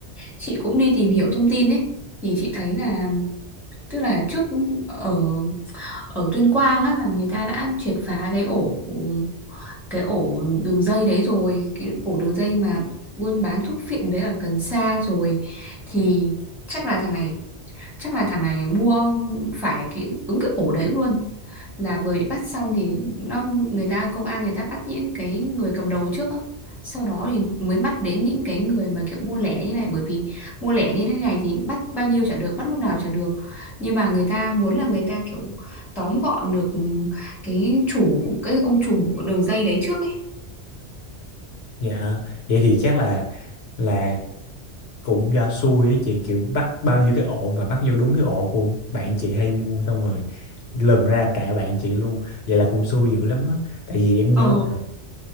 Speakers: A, in the centre; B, on the left.
A: chị cũng đi tìm hiểu thông tin ấy thì chị thấy là tức là trước ở ở Tuyên Quang á là người ta đã triệt phá cái ổ cái ổ đường dây đấy rồi cái ổ đường dây mà buôn bán thuốc phiện với ở cần sa rồi thì chắc là thằng này chắc là thằng này mua phải cái, đúng cái ổ đấy luôn là vừa bị bắt xong thì nó người ta công an người ta bắt những cái người cầm đầu trước á sau đó thì mới bắt đến những cái người mà kiểu mua lẻ như này bởi vì mua lẻ như thế này thì bắt bao nhiêu chả được bắt lúc nào chả được nhưng mà người ta muốn là người ta kiểu tóm gọn được cái chủ cái ông trùm của đường dây đấy trước ấy
B: Dạ, vậy thì chắc là là cũng do xui ấy chị kiểu bắt bao nhiêu cái ổ mà bắt vô đúng cái ổ của bạn chị hay mua xong rồi lần ra cả bạn chị luôn vậy là cũng xui dữ lắm á tại vì em nhớ
A: ờ
B: là